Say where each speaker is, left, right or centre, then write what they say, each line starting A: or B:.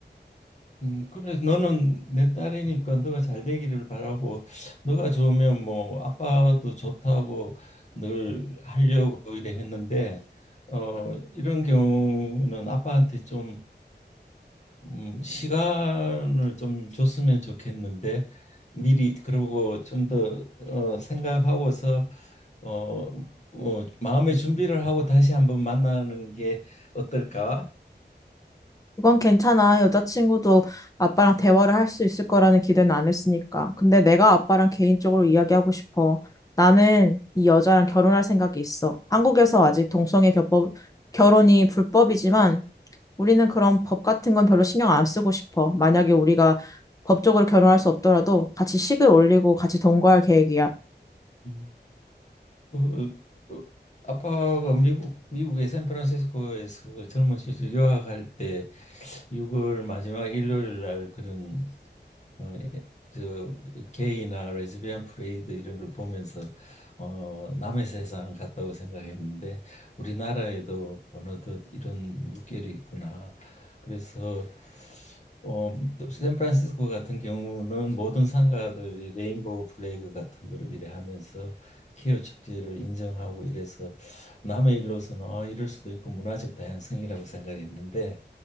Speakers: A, on the left (about 40°); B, on the left (about 20°).
A: 음, 그래서 너는 내 딸이니까 너가 잘 되기를 바라고 너가 좋으면 뭐 아빠도 좋다고 늘 하려고 이래 했는데 어 이런 경우는 아빠한테 좀 음, 시간을 좀 줬으면 좋겠는데 미리 그러고 좀 더 어, 생각하고서 어, 어 마음의 준비를 하고 다시 한번 만나는 게 어떨까?
B: 그건 괜찮아. 여자친구도 아빠랑 대화를 할 수 있을 거라는 기대는 안 했으니까. 근데 내가 아빠랑 개인적으로 이야기하고 싶어. 나는 이 여자랑 결혼할 생각이 있어. 한국에서 아직 동성애 겹법, 결혼이 불법이지만 우리는 그런 법 같은 건 별로 신경 안 쓰고 싶어. 만약에 우리가 법적으로 결혼할 수 없더라도 같이 식을 올리고 같이 동거할 계획이야.
A: 음. 그, 그 아빠가 미국 미국의 샌프란시스코에서 그 젊은 시절 유학할 때 6월 마지막 일요일 날 그런 어, 예, 저 그 게이나 레즈비언 프레이드 이런 걸 보면서 어, 남의 세상 같다고 생각했는데 우리나라에도 어느덧 이런 물결이 있구나. 그래서 어, 또 샌프란시스코 같은 경우는 모든 상가들이 레인보우 플래그 같은 거를 이래 하면서 케어 축제를 인정하고 이래서 남의 일로서는 아, 이럴 수도 있고 문화적 다양성이라고 생각했는데